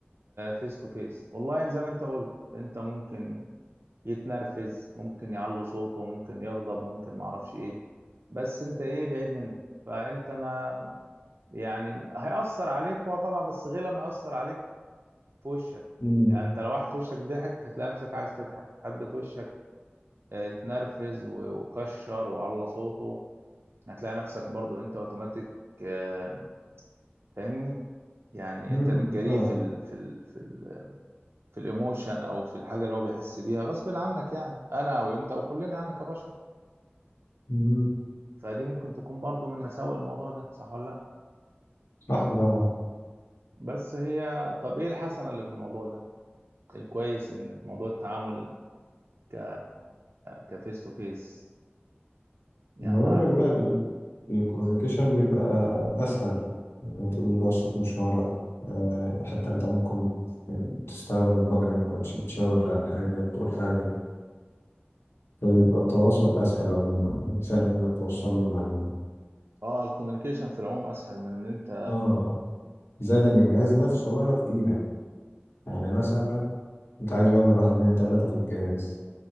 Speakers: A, on the right (about 70°); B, on the left (about 85°).
A: فيس تو فيس اونلاين زي ما انت قلت انت ممكن يتنرفز ممكن يعلي صوته ممكن يغضب ممكن معرفش ايه بس انت ايه بعيد منه فانت ما يعني هيأثر عليك هو طبعا بس غير لما يأثر عليك في وشك
B: امم
A: يعني انت لو واحد في وشك ضحك هتلاقي نفسك عايز تضحك حد في وشك اه، اتنرفز و- وكشر وعلى صوته هتلاقي نفسك برضو انت اوتوماتيك آه، فاهمني يعني
B: مم،
A: انت بتجريه
B: طبعا
A: في ال في ال في ال في الايموشن او في الحاجه اللي هو بيحس بيها غصب عنك يعني انا او انت او كلنا يعني كبشر
B: مم،
A: فدي ممكن تكون برضو من مساوئ الموضوع ده صح ولا لا
B: صح طبعا
A: بس هي طب ايه الحسنه اللي في الموضوع ده الكويس ان في موضوع التعامل ك كفيس تو فيس يعني
B: انا
A: احنا
B: بقول
A: عرفنا
B: لك بقى الكوميونيكيشن بيبقى اسهل ما تقولوش بقى الصوت مش واضح آه، حتى انت ممكن تستخدم البادرنج وتشاور على حاجة بتقول حاجة فبيبقى التواصل اسهل عموما يعني سهل انك توصل له المعلومة
A: اه الكوميونيكيشن في العموم اسهل من ان انت
B: اه زاد
A: آه،
B: ان الجهاز نفسه بقى في ايدك يعني مثلا انت عايز يعمل واحد اتنين تلاتة في الجهاز